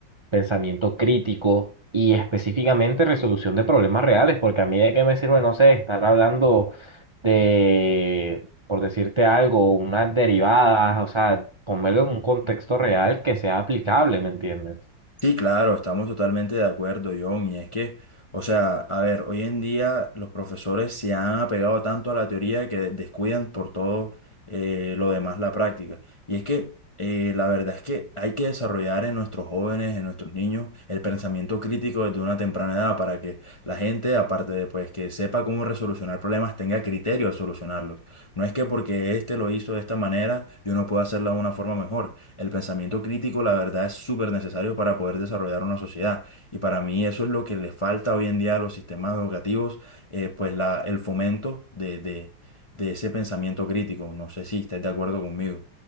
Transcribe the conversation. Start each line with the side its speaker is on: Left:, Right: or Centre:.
Right: pensamiento crítico y específicamente resolución de problemas reales, porque a mí de qué me sirve, no sé, estar hablando de, por decirte algo, unas derivadas, o sea, ponerlo en un contexto real que sea aplicable, ¿me entiendes?
Left: Sí, claro, estamos totalmente de acuerdo, John. Y es que, o sea, a ver, hoy en día los profesores se han apegado tanto a la teoría que descuidan por todo eh, lo demás la práctica. Y es que eh, la verdad es que hay que desarrollar en nuestros jóvenes, en nuestros niños, el pensamiento crítico desde una temprana edad para que la gente, aparte de pues que sepa cómo resolucionar problemas, tenga criterio al solucionarlos. No es que porque este lo hizo de esta manera, yo no puedo hacerlo de una forma mejor. El pensamiento crítico, la verdad, es súper necesario para poder desarrollar una sociedad. Y para mí eso es lo que le falta hoy en día a los sistemas educativos, eh, pues la, el fomento de, de, de ese pensamiento crítico. No sé si estás de acuerdo conmigo.